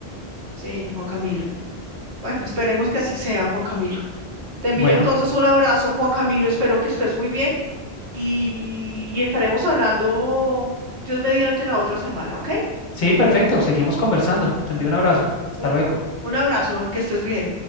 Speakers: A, on the right; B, on the left.
A: Sí, Juan Camilo. Bueno, esperemos que así sea, Juan Camilo. Te envío
B: Bueno,
A: entonces un abrazo, Juan Camilo. Espero que estés muy bien y, y estaremos hablando, Dios mediante, la otra semana, ¿ok?
B: sí, perfecto, seguimos conversando. Te envío un abrazo. Hasta
A: Un
B: luego.
A: un abrazo, que estés bien.